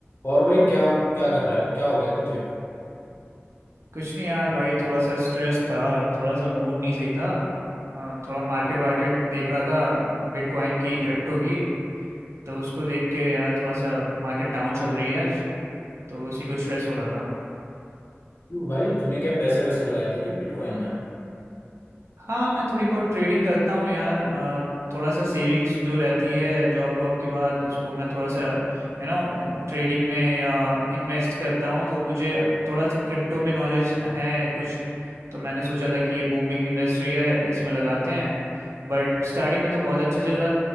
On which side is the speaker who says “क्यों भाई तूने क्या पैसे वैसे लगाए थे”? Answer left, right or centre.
Left